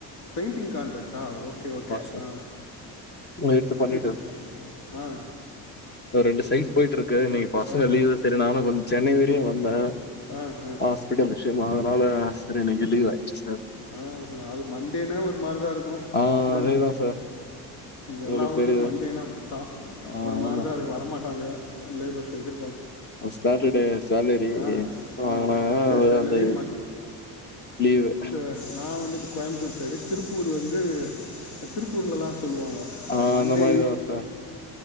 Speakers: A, on the left; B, on the left.
A: பெயிண்டிங் கான்ட்ராக்ட்டா ஓகே ஓகே
B: சார்
A: ஆ
B: எடுத்து
A: எப்டி
B: பண்ணிட்டு
A: ஆ
B: ஒரு ரிண்டு சைஸ்ட் போயிட்டு இருக்கு கு இன்னைக்க்கு பசங்க
A: ஆ
B: லீவ் சரி நானு கொ சென்னை வரியு வந்தே
A: ஆ ஆ
B: ஹாஸ்பிட்டல் விஷயமா அதனால சார் இன்னைக்கு லீவ் ஆயிடுச்சு சார்
A: ஆ அது மண்டேனா ஒரு மாரிதா இருக்கு
B: ஆ
A: அப்டிதானே
B: அதேதா சார்
A: எல்லா
B: உங்களுக்கு
A: ஊர்லயு
B: தெரியுது
A: மண்டேனா அப்டித்தான்
B: ஆ
A: ஒரு மாரிதா
B: ஆமா
A: இருக்கு வர மாட்டாங்க லேபர்ஸைடு
B: அ சாட்டர்டே சாலரி
A: ஆ ஆ
B: வாங்கினாங்கனா
A: சாட்டர்டே சேலரி
B: அந்த லீவு
A: நா வந்துட்டு கோயமுத்தூர் சைடு திருப்பூர் வந்து திருப்பூர்ல்லலா சொல்லுவாங்க
B: ஆ
A: மண்டே
B: அந்த மாரி தான் சார்.